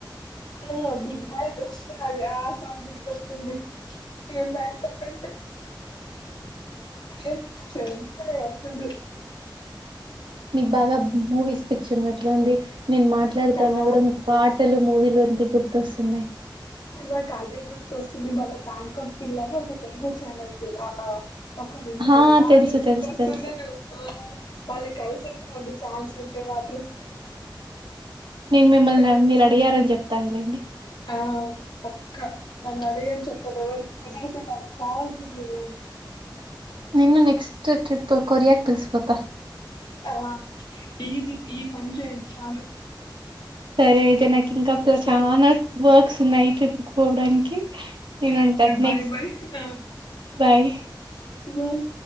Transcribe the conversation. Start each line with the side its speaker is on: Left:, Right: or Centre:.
Left: ఆ గుడ్ బై కోసరా అది ఆ సాంగ్ గుర్తొస్తుంది ఇవన్ బ్యాంకాక్ అంటే ఏం చెంతనే వస్తది
Right: మీకు బాగా మూవీస్ పిచ్చి ఉన్నట్లుంది నేను మాట్లాడుతన్నా
Left: చా
Right: కూడా మీకు పాటల్ మూవీ లోంది గుర్తొస్తున్నాయ్
Left: నాకు అదే గుర్తొస్తుంది మళ్ళా బ్యాంకాక్ పిల్ల అని ఒక తెలుగు ఛానల్ పిల్ల ఆ ఒకరు ఉన్నారు
Right: ఆ
Left: వాళ్ళు
Right: తెలుసు
Left: గుర్తొస్తున్నారు
Right: తెలుసు తెలుసు
Left: ఆ వాళ్ళకి కలిసేసిరండి ఛాన్స్ ఉంటే మాత్రం
Right: నేను మిమ్మల్ని
Left: తెలుగు
Right: మీరు
Left: వాళ్ళు
Right: అడిగారని చెప్తానులేండి
Left: ఆ పక్కా నన్న అడిగేం చెప్పనవలి కుదుర్తల అ కాల్బడ ఏ
Right: నిన్ను నెక్స్ట్ ట్రిప్ కొరియాకి పిలుసుకుపోత
Left: ఆ ఇది ఈ పని చేయండి చాలు
Right: సరే అయితే నాకు
Left: ఉమ్,
Right: ఇంకా
Left: సరే
Right: చాలనా వర్క్స్ ఉన్నాయి ట్రిప్ కు పోవడానికి నేను ఉంటాను
Left: బయ్
Right: నెక్స్ట్
Left: బాయ్ ఆ
Right: బాయ్
Left: ఇ వాన్